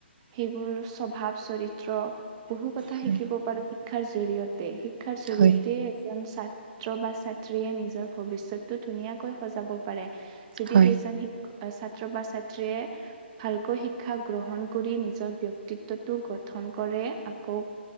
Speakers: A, on the right; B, on the right.
A: সেইবোৰ স্বভাৱ চৰিত্ৰ। বহু কথা
B: হয়
A: শিকিব পাৰো শিক্ষাৰ জৰিয়তে শিক্ষাৰ জৰিয়তে
B: হয়
A: এজন। ছাত্ৰ বা ছাত্ৰীয়ে নিজৰ ভৱিষ্যতটো ধুনীয়াকৈ সজাব পাৰে। যদি
B: হয়
A: সেইজন শিক ছাত্ৰ বা ছা। ত্ৰিয়ে ভালকৈ শিক্ষা গ্ৰহণ কৰি নিজৰ ব্যক্তিত্বটো গঠন কৰে আকৌ।